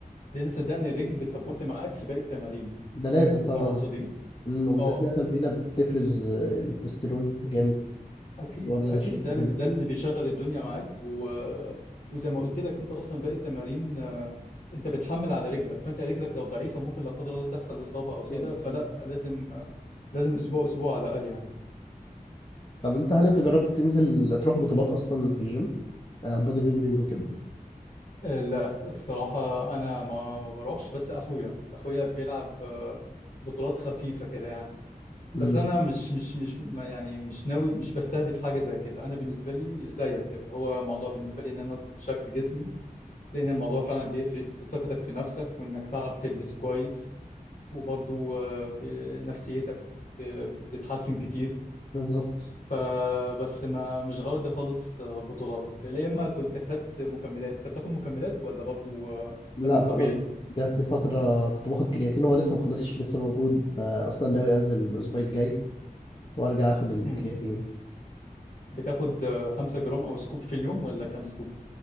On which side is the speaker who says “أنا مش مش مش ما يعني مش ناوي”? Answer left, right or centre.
Left